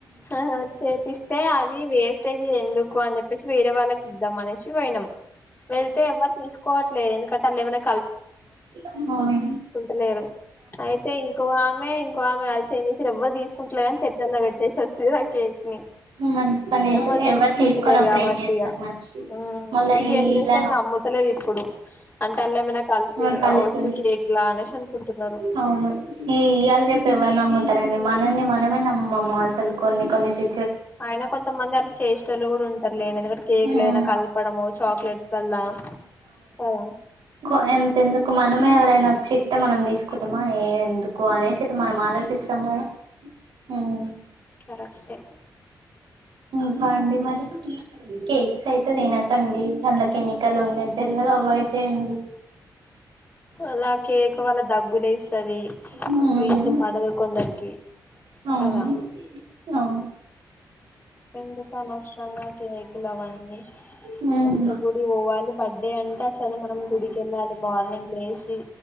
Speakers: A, on the left; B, on the right.
A: ఆ, చేపిస్తే అది వేస్టేజ్ ఎందుకు అని చెప్పేసి వేరే వాళ్ళకి ఇద్దాం అనేసి పోయినాం వెళ్తే ఎవరు తీసుకోవట్లేదు ఎందుకంటే అళ్ళు ఏమైనా
B: ఉమ్ హాయ్
A: ఉంటలేరు అయితే ఇంకో ఆమె ఇంకో ఆమె కలిసి ఏం చేసిర్రు, ఎవ్వరు తీసుకుంట్లేరని చెట్లల్లా పెట్టేసి అచ్చిర్రు ఆ కేక్. నీ
B: మంచి పని చేసారు
A: ఎవ్వరు
B: ఎవరు
A: తీసుకుంటలేరు
B: తీసుకొని అప్పుడు
A: కాబట్టిగా,
B: ఏం చేస్తాం మరి
A: ఉమ్
B: మళ్ళా
A: ఈ జనరేషన్
B: ఇలా
A: నమ్ము లేరిప్పుడు అంటే అల్లా ఏమైనా కలిపిర్రు
B: మన కళ్ళెత్తది
A: కావచ్చు కేక్ లా అనేసి అనుకుంటున్నరు.
B: అవును, ఈ ఇవాళ రేపు ఎవరు నమ్ముతరండి మనల్ని మనమే నమ్మము అసలు కొన్ని కొన్ని సి
A: ఆయన కొంతమంది అట్ల చేశెటోళ్లు గుడ ఉంటారులేండి, ఎందుకంటే కేక్ల
B: మ్మ్
A: ఏదైన్న కలపడమో, చాక్లెట్స్ లల్ల కద
B: కో ఎంత ఎందుకు మనమే ఎవరైనా ఒచ్చి ఇత్తే మనం తీ కుంటమా ఏ ఎందుకు అనేసి
A: ఉమ్,
B: ఇట్ల మనం ఆలోచిస్తము కదా, ఉమ్
A: కరెక్టె
B: ఇంకా అండి మరి కేక్స్ అయితే తినకండి, అన్ల కెమికల్ ఉండేది తెలువది, అవాయిడ్ చేయండి.
A: అలా కేక్ వల్ల దగ్గులేస్తది
B: ఉమ్
A: స్వీట్ పడదు కొందరికి
B: అవును
A: కదా
B: అవు
A: ఎందుకు అనవస్రంగా కేకులు అవన్నీ
B: ఉమ్
A: మంచిగ గుడి పోవాలి బర్డే అంటే అసలు మనం గుడికెళ్ళాలి మార్నింగ్ లేసి